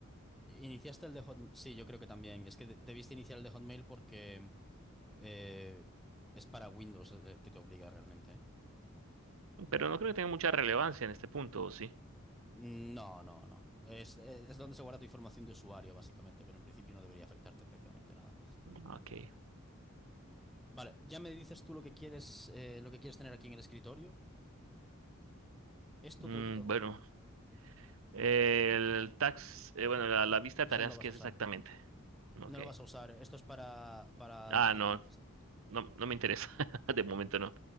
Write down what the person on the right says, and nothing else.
Pero no creo que tenga mucha relevancia en este punto, ¿o sí?
Ok.
Mm,
bueno, eh, el tax, eh, bueno, la, la vista
de tareas,
¿qué
es
exactamente? Ok.
Ah,
no,
no, no me interesa. <laughs> De momento no.